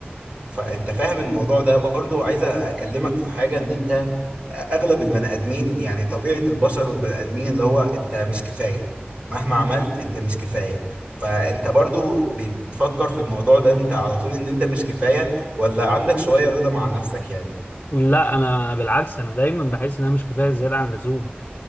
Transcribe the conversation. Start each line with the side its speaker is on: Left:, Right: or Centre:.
Right: فانت فاهم الموضوع ده برضو عايز اكلمك في حاجه ان انت اغلب البني ادمين يعني طبيعه البشر والبني ادمين اللي هو انت مش كفايه مهما عملت انت مش كفايه فانت برضو بتفكر في الموضوع ده انت على طول ان انت مش كفايه ولا عندك شويه رضا مع نفسك يعني
Left: لا انا بالعكس انا دايما بحس ان انا مش كفايه زياده عن اللزوم